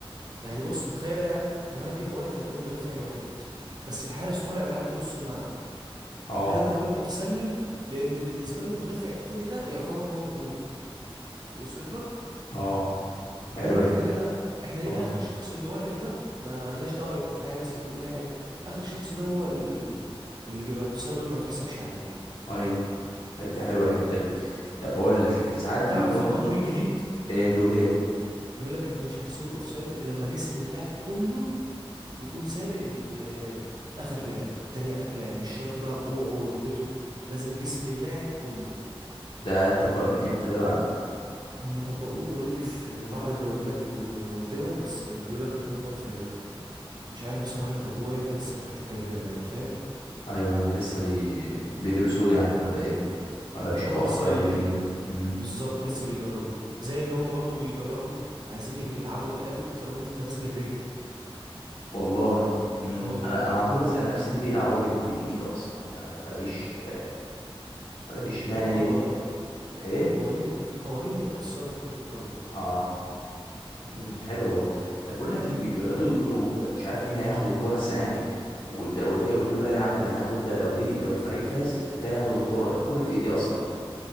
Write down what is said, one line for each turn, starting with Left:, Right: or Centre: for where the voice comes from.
Right: يعني بص تخيل لاعب مهاجم واقف قدام المدافع الوحيد بس الحارس طالع لحد نص الملعب
Left: اه
Right: كده المهاجم متسلل لأن بالنسبة له المدافع التاني ده يعتبر هو الجون وصلت لك
Left: اه حلوه
Right: المهم
Left: الحته
Right: احنا لينا احنا لينا
Left: اه
Right: اخر شخص اللي واقف ده ما لناش دعوه يكون حارس يكون لاعب اخر شخص ده هو ال... اللي بيبقى التسلل ما يتحسبش عليه
Left: ايوه حته حلوه الحته دي طب بقول لك ساعات بيكونوا
Right: تعرف القانون الجديد
Left: ايه بيقول ايه
Right: بيقول لك ان مش هيحسبوا الاوفسايد الا لما جسم اللاعب كله يكون سابق ال... اخر لاعب تاني اخر لاعب مش شرط بقى كوعه وركبته لازم جسم اللاعب كله
Left: ده اتطبق من امتى ده بقى
Right: هم طبقوه اوريدي في بعض الدوريات والم... والدول بس بيقول لك هيطبق في مش عارف بصراحة هيطبقوه امتى لسه تحت التجربة يعني فاهم
Left: ايوه يعني لسه بي... بيدرسوه يعني ولا ايه ولا بيشوفوا
Right: اه لسه
Left: اخطاء اللي فيه امم
Right: بالظبط لسه بيجربوه زي ان هم برضو بيجربوا عايزين يج- يلعبوا القاوت رمية التماس بالرجل
Left: والله امم
Right: اه والله
Left: انا انا على طول بسأل نفسي ليه بيلعبوها بال... بالايد اصلا يعني ما بلاقيش آه، ما بلاقيش
Right: امم
Left: معنى
Right: هي
Left: دي
Right: قوا...
Left: اللي بت... ايه
Right: قوانين مت... قوانين متأصلة في كرة القدم
Left: اه امم حلو برضه طب بقول لك ايه بي- بيقعدوا يقولوا مش عارف مين اللي هياخد الكرة السنة دي وده, وده يقول له لا يا عم ده هياخد ده لو دي لو الفريق فاز ده هياخد الكرة دي كرة ايه دي اصلا